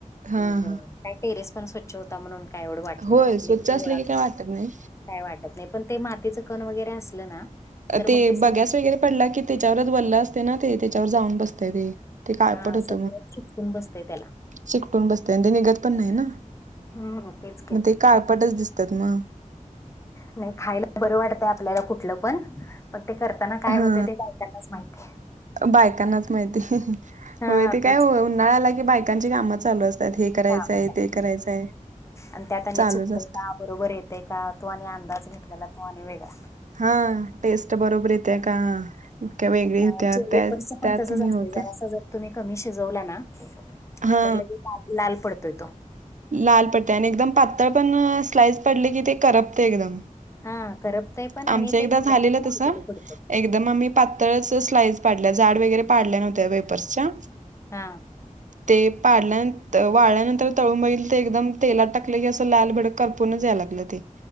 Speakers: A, on the right; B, on the left.
A: हा
B: मग
A: हा
B: काय टेरेस पण स्वच्छ होता म्हणून काय एवढं वाटलं
A: होय
B: नाय
A: स्वच्छ
B: लगे
A: असले
B: गोळा
A: की काय वाटत नाही
B: काय वाटत नाही पण ते मातीचं कण वगैरे असलं ना तर
A: ते
B: मग सगळं
A: बघ्यास वगैरे पडला की त्याच्यावरच ओल्ल असतय ना ते त्याच्यावर जाऊन बसतय ते. ते काळपट
B: हा
A: होतं
B: सगळ
A: मग
B: चिटकून बसतंय त्याला.
A: चिकटून बसतय आन ते निघत पण नाही ना
B: हम्म तेच की
A: मग ते काळपटच दिसत्यात मग.
B: नाही खायला बरं वाटतंय आपल्याला कुठलं पण पण ते करताना काय
A: हा
B: होतय ते बायकांनाच माहितीय.
A: बायकांनाच माहिती
B: हा
A: होय ते
B: तेच
A: काय उन्हाळा आला की बायकांची काम चालू अस हे करायचंय,
B: कामाचा
A: ते करायचय
B: आणि त्यात आणि
A: चालूच
B: चुकतंय
A: असतंय.
B: का बरोबर येतय का तो आणि अंदाज घेतलेला तो आणि वेगळा.
A: हा टेस्ट बरोबर येतीय का? का वेगळी
B: अ,
A: होत्या त्या
B: वेपर्स पण
A: त्यात
B: तसंच असते
A: हे होत.
B: जरासा जर तुम्ही कमी शिजवला ना
A: हा
B: तर लगेच लाल लाल पडतोय तो.
A: लाल पडतय आणि एकदम पातळ पण स्लाइस पडले की ते करपतय एकदम.
B: हा करपतय पण
A: आमचं
B: आणि
A: एकदा
B: ते घालायला
A: झालेलं
B: पण
A: तस.
B: अवघड पडतय
A: एकदा मग आम्ही पातळच स्लाईस पाडल्या जाड वगैरे पाडल्या नव्हत्या वेपर्सच्या.
B: हां.
A: ते पाडल्यान वाळल्यानंतर तळून बघितल ते एकदम तेलात टाकले की अस ते लाल भडक करपूनच जाय लागलं ते.